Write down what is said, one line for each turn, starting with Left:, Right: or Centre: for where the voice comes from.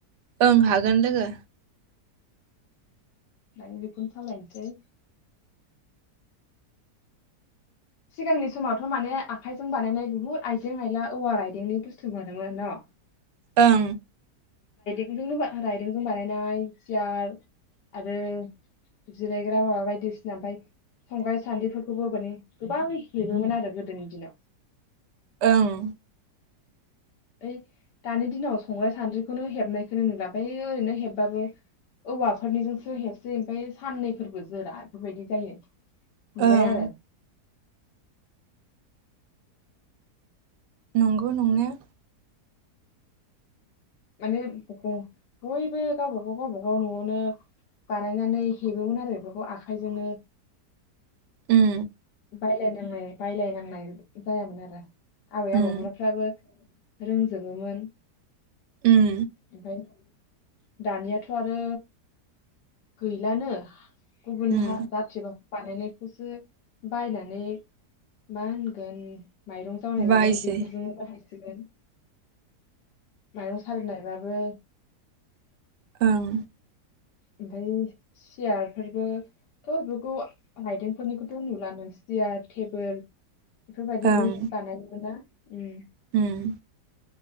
Right: ओं हागोन लोगो।
Left: दायो बेखौनो सावरायनोसै। सिगांनि समावथ माने आखाइजों बानायनाय बुहुत आइजें आयला औवा आइदेंनि बुस्थु <unintelligible>
Right: ओं
Left: बिजोंनो बा राइदोंजों बानायनाय सियार आरो जिरायग्रा माबा बायदिसिना ओमफाय संग्राय सानद्रिफोरखौबो माने गोबां हेबोमोन आरो गोदोनि दिनाव।
Right: ओं।
Left: ओइ दानि दिनाव संग्राय सान्द्रिखौनो हेबनायखौनो नुला बै ओरैनो हेबबाबो औवाफोरनिजोंसो हेबसै ओमफाय साननैफोरबो जोरा बेफोरबायदि जायो। नुबाय
Right: ओं
Left: आरो।
Right: नंगौ नंनाया।
Left: माने बयबो गावबागाव गावबाागाव नआवनो बानायनानै हेबोमोन आरो बेफोरखौ आखाइजोंनो
Right: उम
Left: बायलायनो नांनाय बायलायनांनाय जायामोन आरो। आबै
Right: उम
Left: आबौमोनाफ्राबो रों जोबोमोन।
Right: उम
Left: ओमफाय दानियाथ आरो गैलानो गुबुन
Right: उम
Left: हा जाथिबाव बानायनायखौसो बायनानै मा होनगोन माइरं जावनायबाबो
Right: बाहायसै
Left: बेफोरजोंनो बाहाय सिगोन। माइरं सालिनायबाबो।
Right: ओं।
Left: ओमफय सियार फोरबो थ बेखौ राइदोंफोरनिखौथ नुलानो सियार टेबोल बेफोरबायदिबो
Right: ओं
Left: बानायोमोन‌ना? उम।
Right: उम।